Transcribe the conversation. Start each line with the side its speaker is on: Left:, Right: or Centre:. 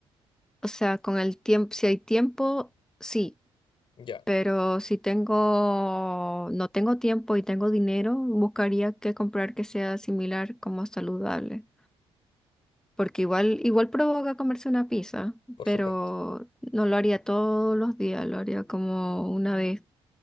Centre: O sea, con el tiempo, si hay tiempo, sí,
Left: Ya,
Centre: pero si tengo, no tengo tiempo y tengo dinero, buscaría que comprar que sea similar como saludable. Porque igual, igual provoca comerse una pizza,
Left: por
Centre: pero
Left: supuesto.
Centre: no lo haría todos los días, lo haría como una vez